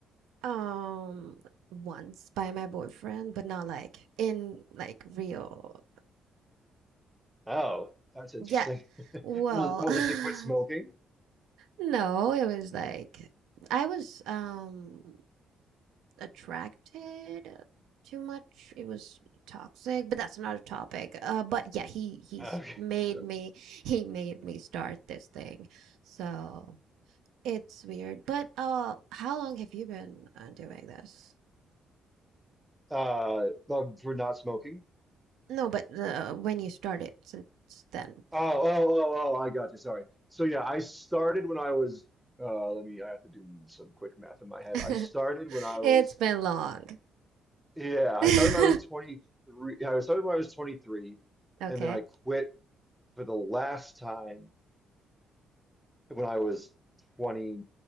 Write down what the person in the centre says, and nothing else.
Oh, that's interesting.
<laughs>
Was was
it to quit smoking?
Okay,
<laughs> sure.
Uh, um, for not smoking.
Oh, oh, oh, oh, I got you. Sorry. So yeah, I started when I was uh let me I have to do some quick math in my head.
I started when I
was
yeah, I
started when I was 23. yeah, I started when I was 23
and then I quit for the last time when I was 20.